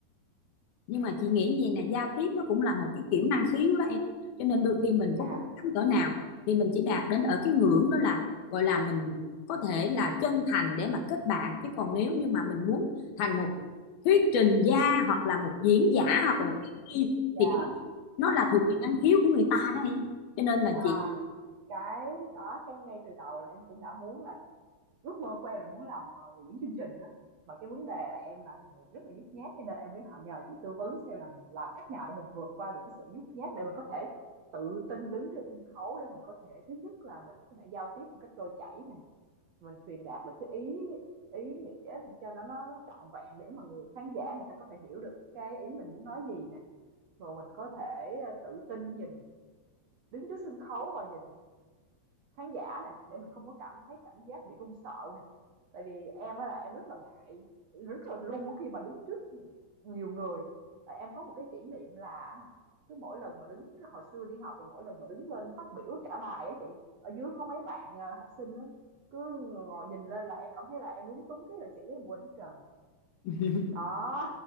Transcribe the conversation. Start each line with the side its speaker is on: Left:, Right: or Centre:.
Left: nhưng mà chị nghĩ gì nè giao tiếp nó cũng là một cái kiểu năng khiếu đó em cho nên đôi khi mình
Right: dạ
Left: có cố gắng cỡ nào thì mình chỉ đạt đến ở cái ngưỡng đó là gọi là mình có thể là chân thành để mà kết bạn chứ còn nếu như mà mình muốn thành một thuyết trình gia hoặc là một diễn giả hoặc là một diễn viên
Right: dạ
Left: thì nó là
Right: ừ.
Left: thuộc về năng khiếu của người ta đó em cho nên là
Right: à
Left: chị
Right: cái đó cái ngay từ đầu là em cũng đã muốn là Ước mơ của em là muốn làm, ờ, người dẫn chương trình đó. mà cái vấn đề là em là người rất là nhút nhát cho nên em mới họ nhờ chị tư vấn xem là làm cách nào để mình vượt qua được cái sự nhút nhát để mình có thể tự tin đứng trên sân khấu để mình có thể thứ nhất là mình có thể giao tiếp một cách trôi chảy này mình truyền đạt được cái ý ý nghĩa cho nó nó trọn vẹn để mà người khán giả người ta có thể hiểu được cái ý mình muốn nói gì nè rồi mình có thể ờ, tự tin nhìn đứng trước sân khấu và nhìn khán giả nè, để mình không có cảm thấy cảm giác bị run sợ nè. Tại vì em á là em rất là ngại, rất là run khi mà đứng trước nhiều người. Tại em có một cái kỷ niệm là cứ mỗi lần mà đứng cái hồi xưa đi học là mỗi lần mà đứng lên phát biểu trả bài á chị, ở dưới có mấy bạn ờ, học sinh đó cứ ngồi nhìn lên là em cảm thấy là em lúng túng cái là chữ em quên hết trơn
Left: <laughs>
Right: đó